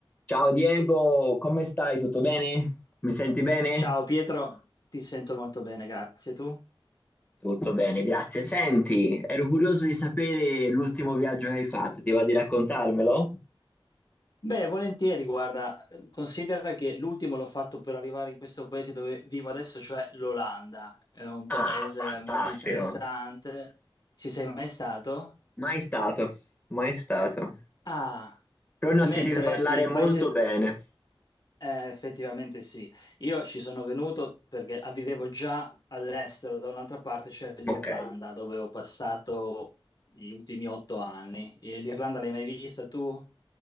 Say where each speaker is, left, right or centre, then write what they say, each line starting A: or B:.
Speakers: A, on the left; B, on the left.
A: Ciao Diego, come stai? Tutto bene? Mi senti bene?
B: Ciao Pietro, ti sento molto bene, grazie tu.
A: Tutto bene, grazie. Senti, ero curioso di sapere l'ultimo viaggio che hai fatto, ti va di raccontarmelo?
B: Beh, volentieri, guarda, eh, considera che l'ultimo l'ho fatto per arrivare in questo paese dove vivo adesso, cioè l'Olanda. È un
A: Ah,
B: paese
A: fantastico.
B: molto interessante. Ci sei mai stato?
A: Mai stato, mai stato.
B: Ah,
A: Però ne ho
B: mentre
A: sentito parlare
B: il
A: molto
B: paese...
A: bene.
B: eh, effettivamente sì. Io ci sono venuto perché vivevo già all'estero, da un'altra parte, cioè l'Irlanda,
A: Ok.
B: dove ho passato gli ultimi otto anni. E L'Irlanda l'hai mai vista tu?